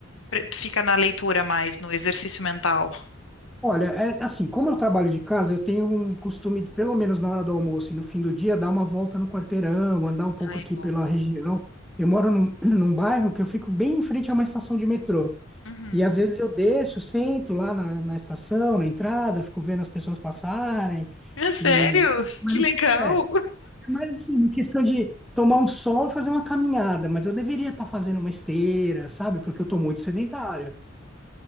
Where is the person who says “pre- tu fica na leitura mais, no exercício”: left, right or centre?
Left